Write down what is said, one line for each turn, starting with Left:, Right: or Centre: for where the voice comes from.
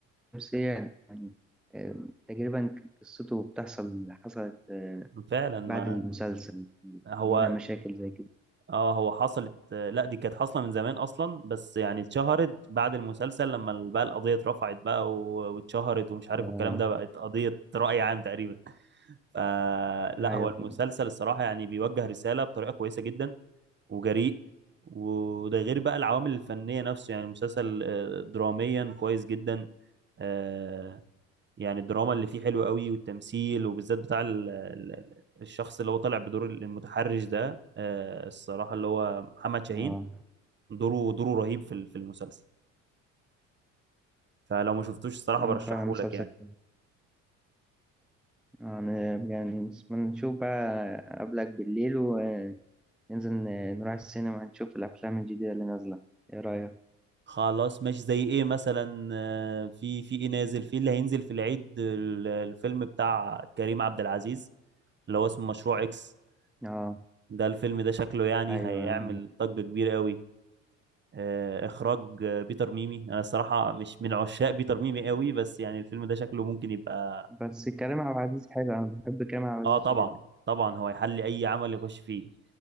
Centre: نفسيا يعني آم، تقريبا قصته بتحصل حصلت آه،
Right: فعلا ما
Centre: بعد المسلسل
Right: هو
Centre: اللي هنا مشاكل زي كده
Right: اه هو حصلت آه، لا دي كانت حاصله من زمان اصلا بس يعني اتشهرت بعد المسلسل لما ال- بقى القضيه اترفعت بقى و- واتشهرت ومش عارف
Centre: اه
Right: والكلام ده بقت قضيه راي عام تقريبا فلا
Centre: ايوه
Right: هو المسلسل
Centre: فعلا.
Right: الصراحه يعني بيوجه رساله بطريقه كويسه جدا وجريء وده غير بقى العوامل الفنيه نفسه يعني المسلسل آه، دراميا كويس جدا آه، يعني الدراما اللي فيه حلوه قوي والتمثيل وبالذات بتاع ال- ال- الشخص اللي هو طالع بدور المتحرش ده آه، الصراحه اللي هو محمد شاهين
Centre: اه
Right: دوره دوره رهيب في ال- في المسلسل فلو ما شفتوش الصراحة
Centre: نعم
Right: برشحه
Centre: فعلا مسلسل
Right: لك يعني
Centre: كده. آه، أنا- يعني نس- نشوف بقى قبلك بالليل وننزل آه، نروح السينما نشوف الأفلام الجديدة اللي نازلة إيه رأيك؟
Right: خلاص ماشي زي ايه مثلا آه، في في ايه نازل في اللي هينزل في العيد ال- الفيلم بتاع كريم عبد العزيز اللي هو اسمه مشروع اكس
Centre: اه
Right: ده الفيلم ده شكله يعني
Centre: أيوة
Right: هيعمل ضجة كبيرة قوي آه، اخراج آه، بيتر ميمي انا الصراحة مش من عشاق بيتر ميمي قوي بس يعني الفيلم ده شكله ممكن يبقى
Centre: بس كريم عبد العزيز حلو أنا بحب كريم عبد العزيز
Right: اه طبعا
Centre: جدا
Right: طبعا هو يحل اي عمل يخش فيه